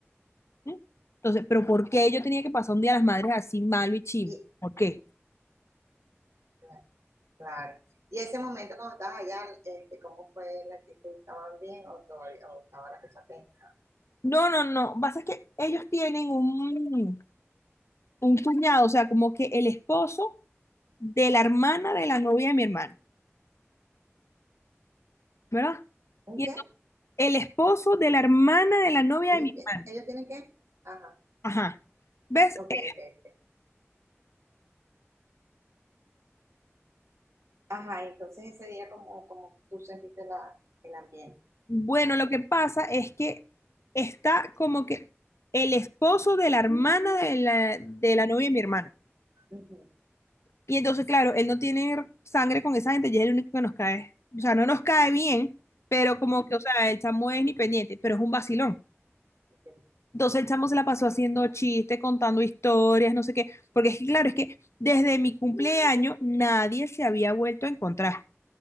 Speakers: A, on the left; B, on the right.
A: ¿eh? Entonces, ¿pero por qué yo tenía que pasar un día de las madres así malo y chimbo?
B: Y
A: ¿Por qué?
B: cla- claro. Y ese momento cuando estabas allá, este, ¿cómo fue la actitud? ¿Estaban bien o, todavía- o estaba la cosa tensa?
A: No, no, no. Pasa es que ellos tienen un, un cuñado, o sea, como que el esposo de la hermana de la novia de mi hermano, ¿verdad?
B: ¿Un
A: Y entonces,
B: qué?
A: el esposo de la hermana de la novia
B: ¿Ellos,
A: de mi
B: ti-
A: hermano.
B: ellos tienen qué? Ajá.
A: Ajá. ¿Ves?
B: Ok,
A: Eh,
B: ok. ok. Ajá, entonces ese día cómo cómo tú sentiste la, el ambiente.
A: Bueno, lo que pasa es que está como que el esposo de la hermana de la, de la novia de mi hermano.
B: Ujú,
A: Y entonces, claro, él no tiene sangre con esa gente y es el único que nos cae. O sea, no nos cae bien, pero como
B: ujú,
A: que, o sea, el chamo es ni pendiente, pero es un vacilón.
B: ok.
A: Entonces el chamo se la pasó haciendo chistes, contando historias, no sé qué. Porque es que, claro, es que desde mi cumpleaños nadie se había vuelto a encontrar.